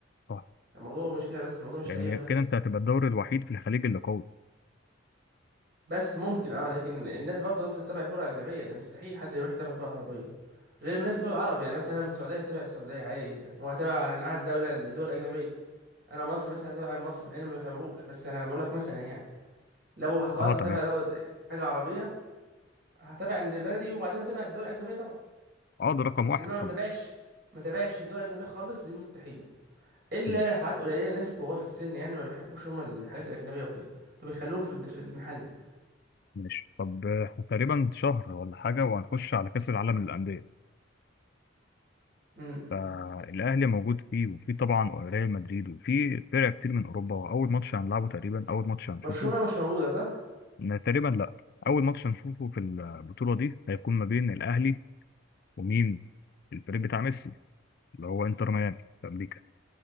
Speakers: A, on the left (about 50°); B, on the right (about 50°).
A: صح
B: الموضوع مش كده بس الموضوع مش
A: لان
B: لعيبة بس
A: كده انت هتبقى الدوري الوحيد في الخليج اللي قوي
B: بس ممكن اه لكن الناس برضه هتفضل تتابع كرة أجنبية ده مستحيل حد يروح يتابع كرة عربية غير الناس بتوع العرب يعني مثلا أنا من السعودية هتابع السعودية عادي جدا وهتابع معاها الدولة الدول الأجنبية أنا مصر مثلا هتابع مصر مع إني ما بتابعوش بس أنا أنا بقول لك مثلا يعني لو قررت
A: اه تمام
B: أتابع دول- حاجة عربية هتابع اللي بلدي وبعدين هتابع الدول الأجنبية طبعا
A: اه ده رقم واحد
B: إنما ما متابعش
A: طبعا
B: ما متابعش الدول الأجنبية خالص دي مستحيلة إلا
A: ماشي
B: حالات قليلة الناس الكبار في السن يعني ما بيحبوش هم الحاجات الأجنبية وكده فبيخلوهم في في المحلي
A: ماشي طب آه، احنا تقريبا شهر ولا حاجه وهنخش على كاس العالم للانديه
B: امم
A: فالاهلي موجود فيه وفي طبعا ريال مدريد وفي فرق كتير من اوروبا واول ماتش هنلعبه تقريبا اول ماتش هنشوفه
B: برشلونة مش موجودة صح؟
A: لا، تقريبا لا اول ماتش هنشوفه في البطوله دي هيكون ما بين الاهلي ومين الفريق بتاع ميسي اللي هو انتر ميامي في امريكا